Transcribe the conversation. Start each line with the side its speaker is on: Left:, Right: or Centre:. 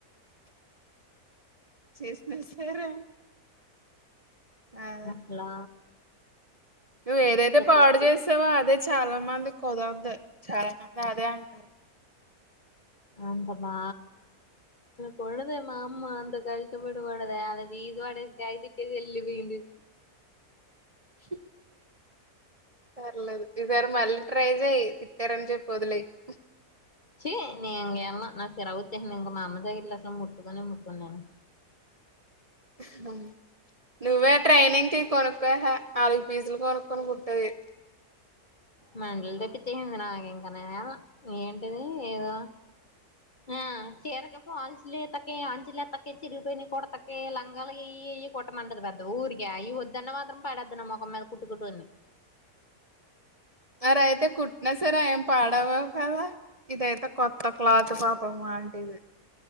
Right: చేసినా సరే అదే
Left: అసల
Right: నువ్వు ఏదైతే పాడు
Left: కట్టినా
Right: చేసవ చాలా మంది కుదరద్దు చాలా మంది అదే అంటారు.
Left: అంత మా కొడుతే మా అమ్మ అంత ఇష్టపడున్నదే అది ఇది వడ అయి తిట్టేది ఎల్లి పోయిండు
Right: స పర్లేదు ఈ సారి మళ్ళీ ట్రై చేయి తిట్టారని చెప్పి వదిలేయాకు
Left: చీ నేను ఇంక వెళ్ళను నాకు చిరాకు వచ్చే ఇంక మా అమ్మ దగ్గట్లో అసలు ముట్టుకునే ముట్టుకొను నేను
Right: <inaudible> అ నువ్వే ట్రైనింగ్ కి కొనుక్కోయ యెహె నాలుగు పీసులు కొనుక్కనుకుంటది.
Left: మండలు తెప్పిచేసేయి నాకు ఇంకా నేను వెళ్లను ఏంటిది ఏదో ఆ చీరకి పాల్సు తక్క ఆంచల్తక చిరిగి పయిన కూడాడతక్క లంగాయ్యి ఇ కొట్టమండదు పెద్ద ఊరిక ఈ వద్దన్న మాత్రం పడొద్న్న ముఖం మీద కుట్టుకుని
Right: సర అయితే కుట్టినా సరే ఆం పాడవా కదా ఇదయితే కొత్త క్లాత్ పాపం అంటేదు